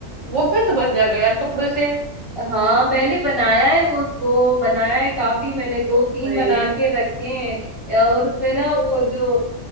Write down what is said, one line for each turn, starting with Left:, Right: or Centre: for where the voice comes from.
Right: वो भी तो बन जाएगा यार कपड़ों से
Centre: हाँ मैंने बनाया है वो वो बनाया है काफी मैंने दो
Right: ओ
Centre: तीन
Right: भाई
Centre: बना के रखे हैं और उसमें ना वो जो